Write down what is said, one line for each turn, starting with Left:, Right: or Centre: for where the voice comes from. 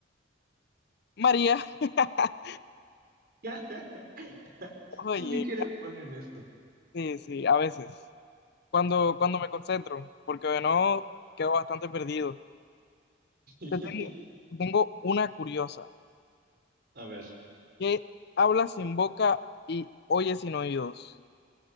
Left: María. <laughs>
Right: <laughs>
Left: Oye.
Right: Tú sí que eres bueno en esto.
Left: Sí, sí, a veces. Cuando, cuando me concentro, porque de no quedo bastante perdido.
Right: <laughs>
Left: Te tengo, te tengo una curiosa,
Right: A ver,
Left: que habla sin boca y oye sin oídos.